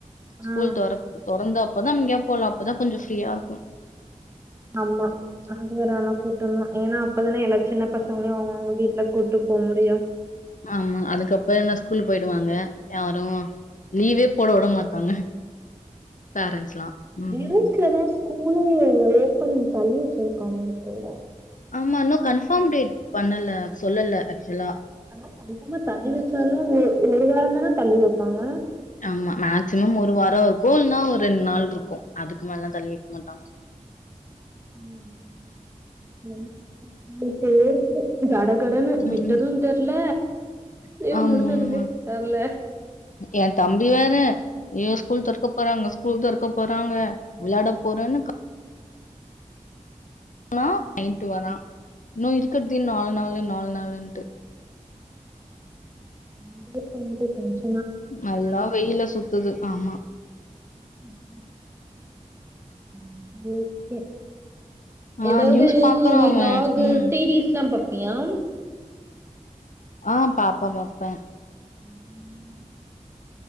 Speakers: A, on the left; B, on the right.
A: ஸ்கூல்
B: ஆ
A: தொற தொறந்தப் அப்பதான் எங்கே போகலாம் அப்பதான் கொஞ்சம் ஃப்ரீயா இருக்கும்
B: ஆமா அது வேற ஆனா கூட்டம் தான் ஏன்னா அப்பதானே எல்லா சின்ன பசங்களையும் அவங்கவுங்க வீட்டுல கூப்ட்டு போ முடியும்
A: ஆமா அதுக்கப்புறம் என்ன ஸ்கூல் போயிடுவாங்க யாரும் லீவே போட உடமாட்டாங்க பேரண்ட்ஸ்லாம் உம்
B: நியூஸ்லலா ஸ்கூலே ஓப்பனிங் தள்ளி வச்சிருக்கானுங்க போல
A: ஆமா இன்னும் கன்பார்ம் டேட் பண்ணல சொல்லல ஆக்சுவலா.
B: அதான் கண்ஃபாமா தள்ளி வச்சாலும் ஒரு வாரம்தான தள்ளி வைப்பாங்க
A: ஆமா மேக்சிமம் ஒரு வாரம் இருக்கும் இல்லன்னா ஒரு ரெண்டு நாள் இருக்கும் அதுக்கு மேலல்லாம் தள்ளி வைக்க மாட்டாங்க
B: <unintelligible> கடன்னு விட்டதும்
A: ம்.
B: தெர்ல லீவ்
A: ஆமாமா
B: முடிஞ்சதுமே தெர்ல
A: என் தம்பி வேற ஐயோ ஸ்கூல் தொறக்க போறாங்க ஸ்கூல் தொறக்க போறாங்க விளையாட போறேன்னு கத் ஆனா நைட்டு வரான் இன்னும் இருக்கட் நாலு நாலு நாலு நாள்ன்ட்டு
B: உ பஞ போ பஞச் <unintelligible> ச
A: நல்லா வெய்யில சுத்தி சுத்துது ஆமா
B: உம் கும் ம் ஓகே
A: ஆ
B: ஏதாவது
A: நியூஸ் பார்க்குறான்
B: நீ
A: அவன்.
B: லாக்
A: ம்.
B: சீரீஸ் எல்லாம் ப பியம்
A: ஆ பாப்பேன் பாப்பேன்
B: ம்